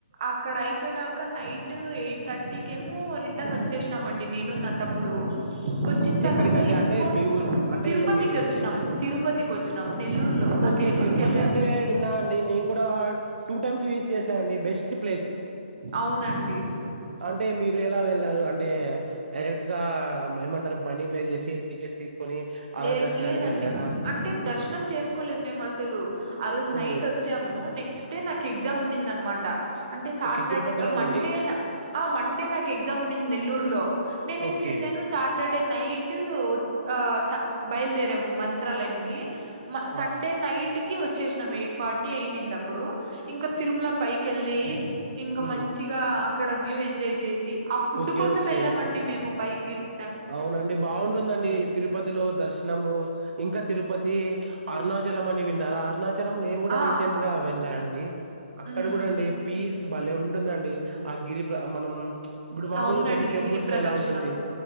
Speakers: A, on the right (about 35°); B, on the right (about 70°).
A: అక్కడ అయిపోనాక నైట్ ఎయిట్ థర్టీకేమో రిటర్న్ వచ్చేసినం అండి నేను నా తమ్ముడు. వచ్చిన్ తర్వాత
B: ఎక్కడికండి
A: ఎందుకో
B: అంటే మీ ఊరు అంటే
A: తిరుపతికి
B: మీ
A: వచ్చినం. తిరుపతికి వచ్చి నం నెల్లూర్లో ఆ
B: ఓకే
A: నెల్లూర్కెళ్లాల్సింది
B: తిరుపతి అంటే విన్నా అండి నేన్ కూడా టూ టైమ్స్ విసిట్ చేసా అండి బెస్ స్ట్ ప్లేస్
A: అవునండి
B: అంటే మీరు ఎలా ఎళ్ళారు అం టే డైరెక్ట్గా ఏమంటరు మనీ పే చేసి టికెట్స్ తీసుకొని అలా
A: లేదు
B: దర్శనానికి
A: లేదండి
B: వెళ్ళారా
A: అంటే దర్శనం చేస్కోలేద్ మేం అసలు ఆ రోజ్
B: ఓ
A: నైట్ వచ్చాము. నెక్స్ట్ డే నాక్ ఎగ్జామ్ ఉన్నిందన్మాట. అంటే సాటర్
B: ఓకే తిరుపతిలోనండి
A: మండే న ఆ మండే నాక్ ఎగ్జామ్ ఉన్నింది నెల్లూర్లో నేనేం
B: ఓకే
A: చేశాను సాటర్డే నైట్ ఆ స బయల్దేరాము మంత్రాలయంకి మ సండే
B: ఆ
A: నైట్ కి వచ్చేసినం ఎయిట్ ఫార్టీ అయింది అప్పుడు ఇంకా తిరుమల పైకె వెళ్ళి ఇంకా
B: ఉమ్
A: మంచిగా అక్కడ వ్యూ ఎంజాయ్ చేసి ఆ ఫుడ్
B: ఓకే
A: కోసం
B: ఓకే
A: ఎళ్ళామండి మేము పైకిట్
B: అవునండి బాగుంటుందండి తిరుప లో దర్శనము ఇంకా తిరుపతి, అరుణాచలం అని విన్నారా అరుణా నేన్ గుడా
A: ఆ
B: రీసెంట్గా వెళ్ళా అండి అక్కడ
A: ఉమ్
B: గుడా అండి పీస్ భలే ఉంటుందండి. ఆ గిరి ప్ర మనం ఇప్పుడు మాముూల్గా
A: అవునండి
B: కొన్ని టెంపుల్స్లో
A: గిరి ప్రదక్షిణం
B: ఎలా ఉంటుంది.